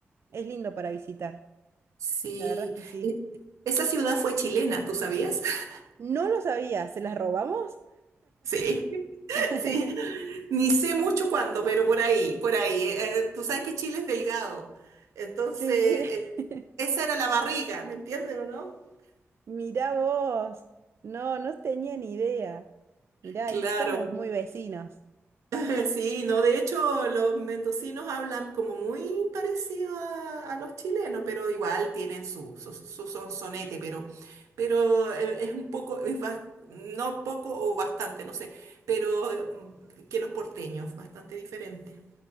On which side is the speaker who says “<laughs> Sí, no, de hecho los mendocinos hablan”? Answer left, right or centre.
Right